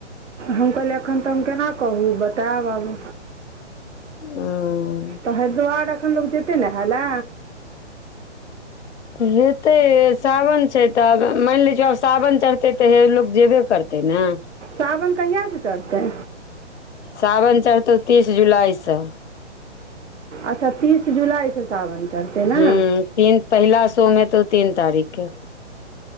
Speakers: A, on the right (about 80°); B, on the left (about 70°).
A: हम कहलियै एखन तऽ हम केना कहू बतायब आब
B: हु
A: तऽ हरिद्वार एखन लोक जेतै नाहाला
B: हेतै सावन छै तऽब मानि ले छिय आब सावन चढ़तै तऽ हे लोक जेबे करतै, तै न
A: साावन कहियास चढ़तै,
B: सावन चढ़तौ तीस जुलाइसँ,
A: अच्छा तीस जुलाइ स सावन चढ़तै न
B: हूँ तीन पहिला सोमे एतौ तीन तारीखके